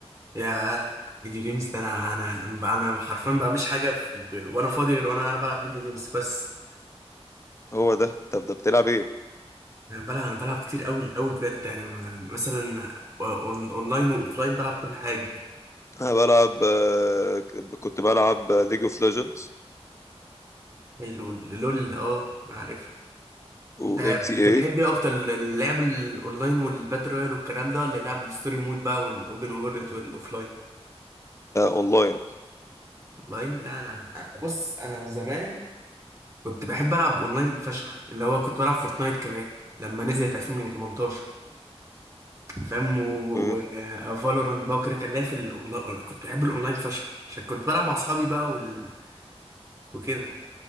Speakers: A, on the right (about 30°); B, on the left (about 25°).
A: ياه فيديو جيمز ده انا انا لما بقى- انا حرفيا ما بعملش حاجه في- غير وانا فاضي غير وانا انا بلعب فيديو جيمز بس
B: هو ده طب ده بتلعب ايه
A: انا بلعب انا بلعب كتير قوي قوي بجد يعني ما- مثلا أون- اونلاين واوفلاين بلعب كل حاجه
B: انا بلعب آه ك- كنت بلعب ليج اوف ليجندز
A: ايه لول لول اه ما عارف انت
B: وام تي
A: بتحب
B: اي
A: ايه اكتر اللعب الاونلاين والباتل رويال والكلام ده ولا اللعب الستوري مود بقى والاوبن وورلد والاوفلاين
B: اونلاين
A: اونلاين لا انا بص انا زمان كنت بحب العب اونلاين فشخ اللي هو كنت بلعب فورتنايت كمان لما نزلت 2018 فاهم وفالورانت
B: اوكي.
A: بقى وكده كان ليا في الاونلاين كنت بحب الاونلاين فشخ عشان كنت بلعب مع اصحابي بقى وال... وكده